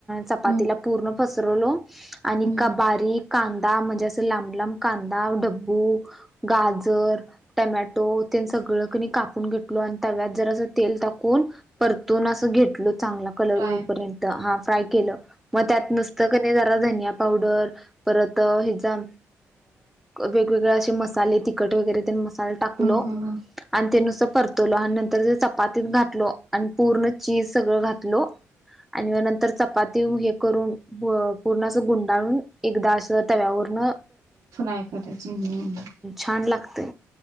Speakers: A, in the centre; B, on the right.
A: चपातीला
B: हा
A: पूर्ण पसरवलो आणि
B: हा
A: एक बारीक कांदा म्हणजे असं लांब लांब कांदा डब्बू गाजर टमॅटो त्यां सगळं कापून घेतलो आणि तव्यात ज तेल टाकून परतून अस घेतल चांगला कलर
B: फ्राय
A: होपर्यंत हा फ्राय के म त्यात नसत जरा पावडर परत अ वेगवेगळे असे मसाले तिखट वगैरे मसाला टाकलो
B: हा हा हा
A: आणि ते नुसत परतवल आणि नंतर ते चपातीत घातलो आणि पूर्ण चीज सगळं घातलो आणि नंतर चपाती हे करून पूर्ण अस गुंडाळून एकदा स तर व्याऊवरण
B: फ्रय करायची ह्म
A: छान लागतय